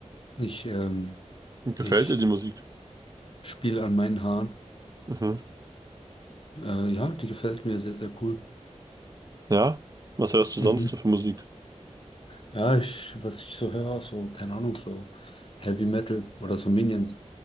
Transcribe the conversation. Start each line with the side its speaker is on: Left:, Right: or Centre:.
Left: Ich, ähm,
Right: Hm, Gefällt
Left: ich
Right: dir die Musik?
Left: spiele an meinen Haaren.
Right: Mhm.
Left: Äh, ja, die gefällt mir sehr, sehr cool.
Right: Ja? Was hörst du
Left: Mhm.
Right: sonst für Musik?
Left: Ja, ich, was ich so höre, so, keine Ahnung, so Heavy Metal oder so Minions.